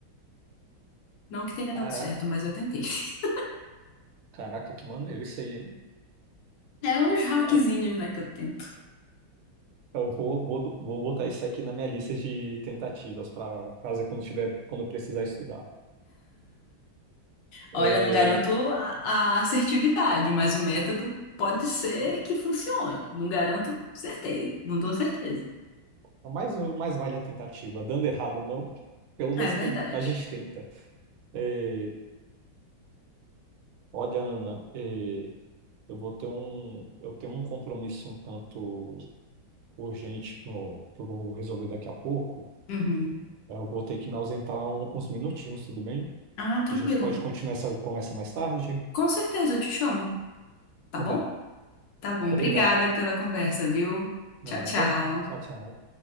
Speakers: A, on the left; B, on the right.
A: Não que tenha
B: caraca,
A: dado certo, mas eu tentei. <laughs>
B: caraca, que maneiro isso aí, hein?
A: É uns hackzinhos,
B: É,
A: né, que eu tento.
B: eu vou, vou, vou botar isso aqui na minha lista de tentativas para fazer quando tiver, quando eu precisar estudar.
A: Olha,
B: É,
A: não garanto a, a assertividade, mas o método pode ser que funcione. Não garanto certeza, não dou certeza.
B: Mais, mais vale a tentativa. Dando errado ou não, pelo menos
A: É verdade.
B: tem- a gente tenta. É, olha, Ana, é, eu vou ter um, eu tenho um compromisso um tanto urgente no- que eu vou resolver daqui a pouco.
A: Uhum.
B: Eu vou ter que me ausentar um- uns minutinhos, tudo bem?
A: Ah, tranquilo.
B: A gente pode continuar essa conversa mais tarde?
A: Com certeza, eu te chamo, tá
B: Tá
A: bom?
B: bom.
A: Tá bom,
B: Obrigado.
A: obrigada pela conversa, viu?
B: Nada.
A: Tchau, tchau.
B: Tchau, tchau.